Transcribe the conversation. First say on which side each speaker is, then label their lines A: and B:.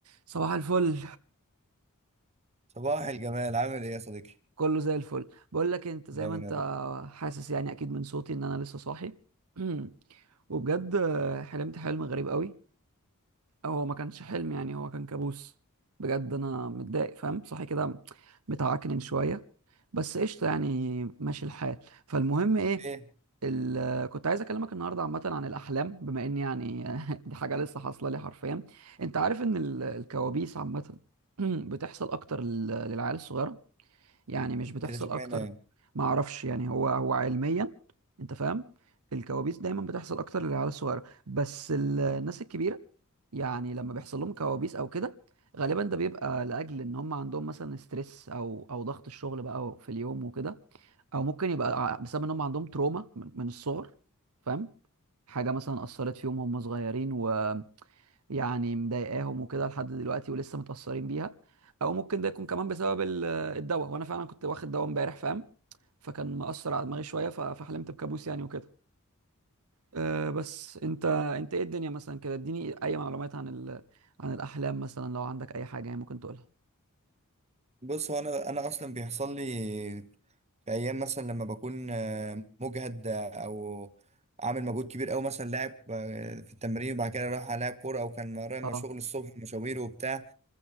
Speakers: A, on the right; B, on the right.
A: صباح الفل
B: صباح الجمال عامل ايه يا صديقي
A: كله زي الفل بقول لك انت
B: دايما
A: زي ما انت
B: يا رب
A: حاسس يعني اكيد من صوتي ان انا لسه صاحي <clears throat> وبجد حلمت حلم غريب قوي او هو ما كانش حلم يعني هو كان كابوس بجد انا متضايق فاهم صاحي كده متعكنن شويه بس قشطه يعني ماشي الحال فالمهم ايه
B: ايه
A: ال... كنت عايز اكلمك النهارده عامه عن الاحلام بما ان يعني <laughs> دي حاجه لسه حاصله لي حرفيا انت عارف ان ال- الكوابيس عامه <clears throat> بتحصل اكتر لل- للعيال الصغيره يعني مش بتحصل
B: ايه ده اشمعنى
A: اكتر
B: يعني
A: ما اعرفش يعني هو هو علميا انت فاهم الكوابيس دايما بتحصل اكتر للعيال الصغيره بس ال- الناس الكبيره يعني لما بيحصل لهم كوابيس او كده غالبا ده بيبقى لاجل ان هم عندهم مثلا ستريس او او ضغط الشغل بقى في اليوم وكده او ممكن يبقى ع- بسبب ان هم عندهم تروما من من الصغر فاهم حاجه مثلا اثرت فيهم وهم صغيرين و يعني مضايقاهم وكده لحد دلوقتي ولسه متأثرين بيها او ممكن ده يكون كمان بسبب ال- الدواء وانا فعلا كنت واخد دواء امبارح فاهم فكان مأثر على دماغي شوية ف- فحلمت بكابوس يعني وكده أه بس انت انت ايه الدنيا مثلا كده اديني اي معلومات عن ال... عن الاحلام مثلا لو عندك اي حاجة يعني ممكن تقولها
B: بص هو انا انا اصلا بيحصل لي في ايام مثلا لما بكون آه، مجهد آه، او عامل مجهود كبير قوي مثلا لاعب آه، في التمرين وبعد كده رايح العب كوره او كان ورايا ما
A: اه
B: شغل الصبح مشاوير وبتاع